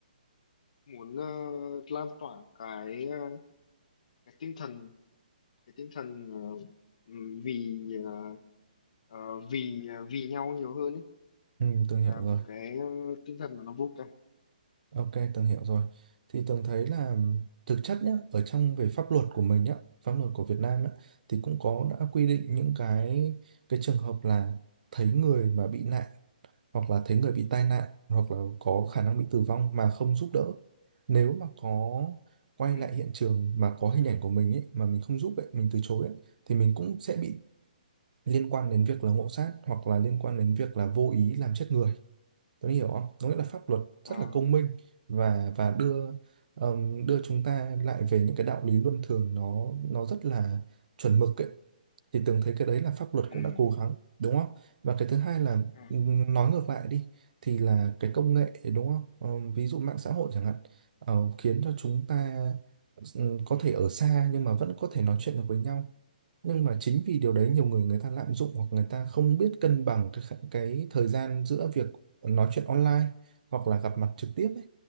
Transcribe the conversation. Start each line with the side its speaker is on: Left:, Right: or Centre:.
Left: muốn ờ, lan tỏa cái ờ, cái tinh thần cái tinh thần ờ, ừm, vì ờ, ờ, vì ờ, vì nhau nhiều hơn ấy
Right: ừ Tường
Left: là
Right: hiểu rồi.
Left: một cái ờ, tinh thần mà nó vô cảm
Right: Ok, Tường hiểu rồi. Thì Tường thấy là thực chất nhá, ở trong về pháp luật của mình nhá, pháp luật của Việt Nam nhá, thì cũng có đã quy định những cái cái trường hợp là thấy người mà bị nạn hoặc là thấy người bị tai nạn hoặc là có khả năng bị tử vong mà không giúp đỡ nếu mà có quay
Left: ừ.
Right: lại hiện trường mà có hình ảnh của mình ấy mà mình không giúp ấy mình từ chối ấy thì mình cũng sẽ bị liên quan đến việc là ngộ sát hoặc là liên quan đến việc là vô ý làm chết người tôi hiểu không có nghĩa là pháp luật
Left: Ờ,
Right: rất là công minh và và đưa ờm, đưa chúng ta lại về những cái đạo lý luân thường nó nó rất là chuẩn mực ấy thì Tường thấy cái đấy là pháp luật
Left: ừ.
Right: cũng đã cố gắng đúng không và cái thứ hai là
Left: À,
Right: ừm, nói ngược lại đi thì là cái công nghệ đúng không Ờ, ví dụ mạng xã hội chẳng hạn ờ, khiến cho chúng ta ừm, có thể ở xa nhưng mà vẫn có thể nói chuyện được với nhau nhưng mà chính vì điều đấy nhiều người người ta lạm dụng hoặc người ta không biết cân bằng cái khả- cái thời gian giữa việc nói chuyện online hoặc là gặp mặt trực tiếp ấy